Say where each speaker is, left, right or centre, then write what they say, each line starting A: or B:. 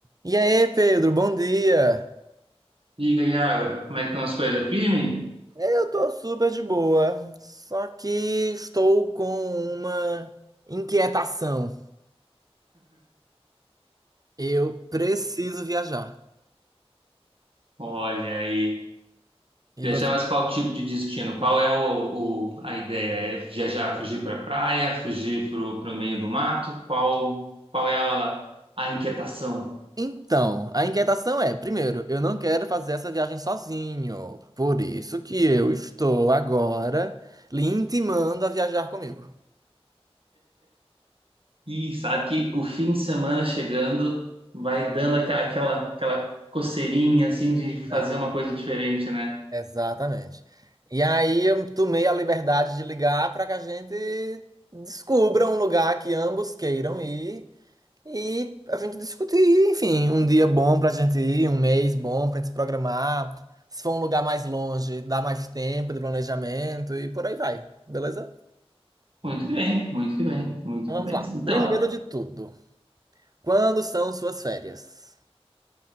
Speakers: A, on the right; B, on the right.
A: E aí, Pedro, bom dia.
B: Diga, Iago, como é que estão as coisas? Firme?
A: É, Eu tô super de boa, só que estou com uma inquietação. Eu preciso viajar.
B: Olha aí.
A: E
B: Viajar,
A: você?
B: mas qual tipo de destino? Qual é o, o- a ideia? É viajar, fugir para praia, fugir para o meio do mato? Qual, qual é a, a inquietação?
A: Então, a inquietação é, primeiro, eu não quero fazer essa viagem sozinho. Por isso que eu estou agora lhe intimando a viajar comigo.
B: E sabe que o fim de semana chegando vai dando aquela, aquela, aquela coceirinha assim de fazer
A: Ah,
B: uma coisa diferente, né?
A: exatamente. E aí eu tomei a liberdade de ligar para que a gente descubra um lugar que ambos queiram ir. E a gente discutir, enfim, um dia bom pra gente ir, um mês bom pra gente se programar. Se for um lugar mais longe, dá mais tempo de planejamento e por aí vai, beleza?
B: Muito que bem, muito que bem, muito
A: Então
B: que
A: Vamos
B: bem.
A: lá.
B: Então.
A: Primeiro de tudo, quando são suas férias?